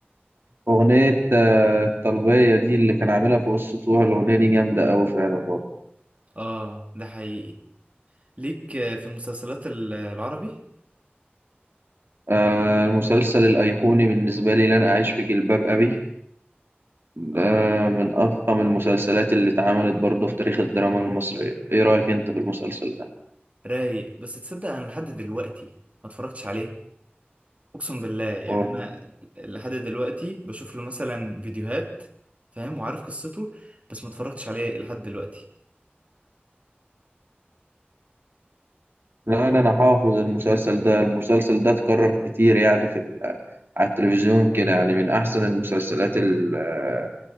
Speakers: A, on the right; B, on the right.
A: أغنية آه، الطلبية دي اللي كان عاملها في قصته الأغنية دي جامدة أوي فعلا برضه
B: اه ده حقيقي ليك آه، في المسلسلات ال- العربي
A: آه، المسلسل الأيقوني بالنسبة لي لن أعيش في جلباب أبي ده
B: اه
A: من أفخم المسلسلات اللي اتعملت برضه في تاريخ الدراما المصرية إيه رأيك أنت في المسلسل ده؟
B: رايق بس تصدق انا لحد دلوقتي ما اتفرجتش عليه اقسم بالله يعني
A: أوه.
B: انا لحد دلوقتي بشوف له مثلا فيديوهات فاهم وعارف قصته بس ما اتفرجتش عليه لحد دلوقتي
A: لا ده أنا حافظ المسلسل ده المسلسل ده اتكرر كتير يعني في ال- على التلفزيون كده يعني من أحسن المسلسلات ال- آه،